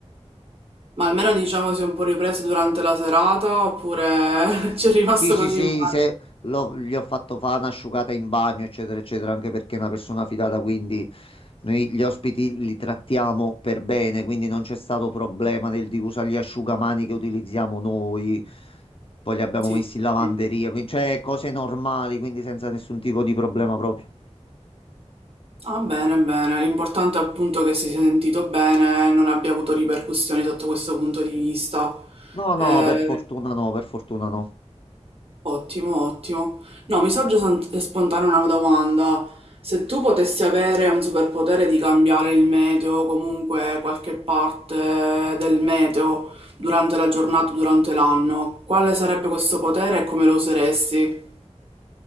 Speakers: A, on the right; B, on the left.
A: ma almeno diciamo si è un po' ripreso durante la serata oppure <laughs> ci è rimasto
B: Sì, sì,
A: così
B: sì,
A: male.
B: se l'ho- gli ho fatto fare un'asciugata in bagno, eccetera, eccetera, anche perché è una persona fidata, quindi noi gli ospiti li trattiamo per bene, quindi non c'è stato problema nel di usare gli asciugamani che utilizziamo noi, poi li abbiamo
A: Sì,
B: messi in lavanderia,
A: sì.
B: quindi cioè cose normali, quindi senza nessun tipo di problema proprio.
A: Ah, bene, bene. L'importante è appunto che si sia sentito bene, non abbia avuto ripercussioni sotto questo punto di vista.
B: No,
A: Eh,
B: no, per fortuna no, per fortuna no.
A: ottimo, ottimo. No, mi sorge san- spontanea una domanda. Se tu potessi avere un superpotere di cambiare il meteo, comunque qualche parte del meteo, durante la giornata, durante l'anno, quale sarebbe questo potere e come lo useresti?